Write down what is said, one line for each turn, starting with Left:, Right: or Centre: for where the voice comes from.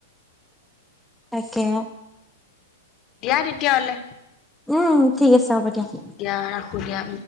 Centre: তাকে।
Left: ইয়াত তেতিয়াহলে।
Centre: উম, ঠিক আছে হ'ব দিয়।
Left: দিয়া, ৰাখোঁ দিয়া।